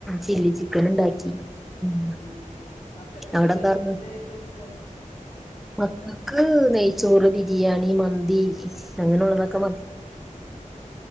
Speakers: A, in the centre; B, on the left (about 80°).
A: ചില്ലി ചിക്കൻ
B: ആഹ്
A: ണ്ടാക്കി. ഉം
B: ഏഹ് മക്കൾക്ക്
A: അവിടെ എന്താർന്ന്
B: ഏത് ഫുഡാ ഏറ്റവും ഇഷ്ടം..
A: മക്കൾക്ക് നെയ്ച്ചോറ് ബിരിയാണി മന്തി അങ്ങനെയുള്ളതൊക്കെ മതി..
B: ഉം